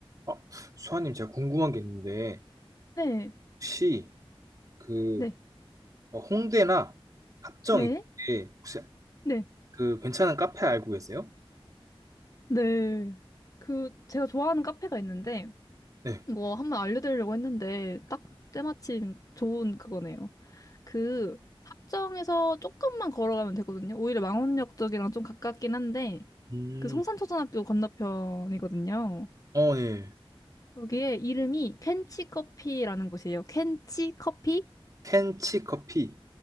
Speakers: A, on the right (about 40°); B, on the left (about 35°).
A: 아, 수아님, 제가 궁금한 게 있는데,
B: 네,
A: 혹시 그
B: 네,
A: 어, 홍대나 합정
B: 네,
A: 이쪽에 혹시
B: 네,
A: 그 괜찮은 카페 알고 계세요?
B: 네. 그, 제가 좋아하는 카페가 있는데,
A: 네.
B: 이거 한번 알려드리려고 했는데, 딱 때마침 좋은 그거네요. 그, 합정에서 조금만 걸어가면 되거든요. 오히려 망원역 쪽이랑 좀 가깝긴 한데,
A: 음,
B: 그 성산초등학교 건너편이거든요.
A: 어, 네.
B: 여기에 이름이 켄치 커피라는 곳이에요. 켄치 커피?
A: 켄치 커피.